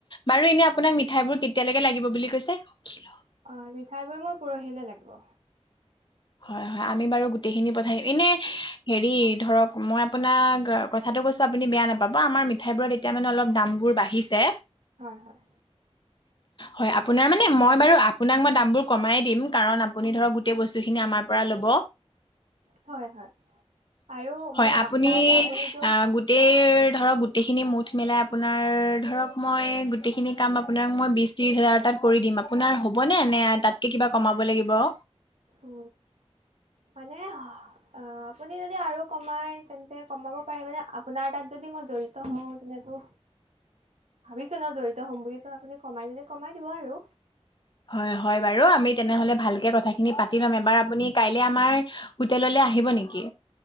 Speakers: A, on the left (about 45°); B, on the right (about 80°).
A: বাৰু এনে আপোনাক মিঠাই বোৰ কেতিয়ালৈকে লাগিব বুলি কৈছে অল
B: অ মিঠাই বোৰ মোৰ পৰহিলে লাগিব
A: হয় হয় আমি বাৰু গোটেইখিনি পঠাই দিম এনে হেৰি ধৰক মই আপোনাক কথা এটা কৈছো আপুনি বেয়া নাপাব আমাৰ মিঠাইবোৰত এতিয়া মানে অলপ দামবোৰ বাঢ়িছে
B: হয় হয়
A: হয় আপোনাৰ মানে মই বাৰু আপোনাক মই দামবোৰ কমাই দিম কাৰণ আপুনি ধৰক গোটেই বস্তু বস্তুখিনি আমাৰ পৰা ল'ব
B: হয় হয় আৰু মানে
A: হয় আপুনি
B: আপোনাৰ আপুনিতো
A: অ গোটেই ধৰক গোটেইখিনি মুঠ মেলাই আপোনাৰ ধৰক মই গোটেইখিনি কাম আপোনাক মই বিছ ত্ৰিছ হাজাৰ তাত কৰি দিম আপোনাৰ হ'বনে নে তাতকে কিবা কমাব লাগিব অ
B: উ মানে অ আপুনি যদি আৰু কমাই তেন্ত ন্তে কমাব পাৰে মানে আপোনাৰ তাত যদি মই জড়িত হওঁ তেনেতো ভাবি ছো ন জড়িত হ'ম বুলি ত আপুনি কমাই দি কমাই দিব আৰু
A: হয় হয় বাৰু আমি তেনেহলে কথাখিনি পাতি লম কাইলে আমাৰ হোটেললে আহিব নেকি?